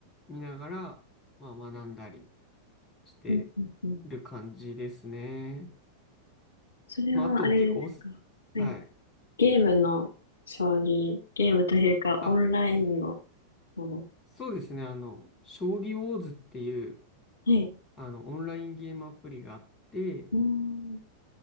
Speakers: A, on the left; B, on the left.
A: 見ながら、まあ学んだりして
B: うん、うん、うん。
A: る感じですね。
B: それはあれですかはい。
A: まああと結構おす、はい。
B: ゲームの将棋、ゲームというかオンラインの
A: あ、
B: もの。
A: そうですね。あの、将棋ウォーズっていう、
B: はい。
A: あの、オンラインゲームアプリがあって、
B: うーん。